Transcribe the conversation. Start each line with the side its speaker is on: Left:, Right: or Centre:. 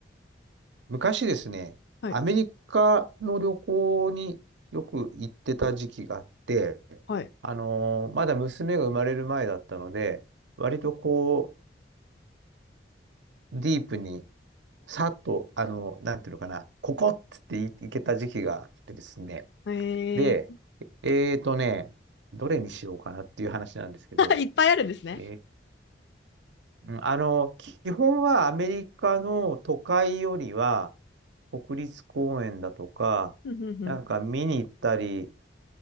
Right: う。昔ですね、
Left: はい。
Right: アメリカの旅行によく行ってた時期があって、
Left: はい。
Right: あのーまだ娘が生まれる前だったので、割とこう、ディープに、さっと、あの、なんていうのかな、ここっつってい行けた時期があってですね、
Left: え
Right: で、えーとね、どれにしようかなっていう話なんですけど、
Left: ー、<laughs> いっぱいあるんですね。
Right: えーうんあの、基本はアメリカの都会よりは、国立公園だとか、
Left: うん、うん、
Right: なんか見に行ったり、